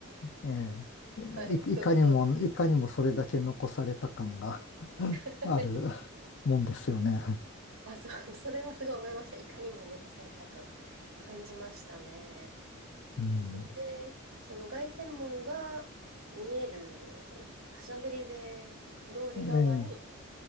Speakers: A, on the left; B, on the right.
A: え
B: はい、
A: え、
B: そう、
A: い、いかにも、
B: そうです。
A: いかにもそれだけ残された感が
B: <laughs>
A: あるもんですよね。
B: あ、そう、<laughs> それはすごい思いました。いかにも残された感、感じましたね。
A: うん。
B: で、その凱旋門が見える、その、シャンゼリゼ通り側に、
A: ええ